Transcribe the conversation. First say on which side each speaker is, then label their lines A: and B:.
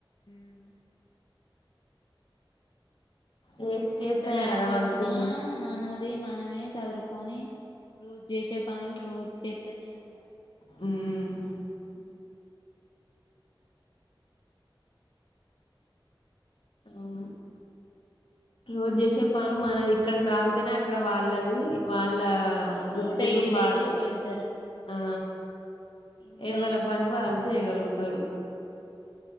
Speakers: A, on the left; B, on the left.
A: ఊమ్
B: లేసి చేత్తేనే
A: ఎంత యాస్ట్
B: కదా వాళ్ళు
A: వచ్చినా
B: తిని
A: మానద్ ది మనమే చదురుకోని రోజూ చేసే పనులు రోజూ చేత్తనే ఉండాలి
B: గుమ్
A: ఊ
B: ఔను రోజు చేసే పనులు మనది ఇక్కడ సాగుతనే అక్కడ వాళ్ళదీ. వాళ్ళా
A: వాళ్ళు
B: వృత్తులు
A: డైలీ
B: వాళ్ళ్
A: డైలీ వెళ్తారు ఉమ్.
B: ఆ
A: ఇంట్లో
B: ఎవళ
A: ఎంత
B: పని
A: తొందర
B: వాళ్ళు
A: చేసి
B: చేయగలుగుతరు.
A: ఉమ్,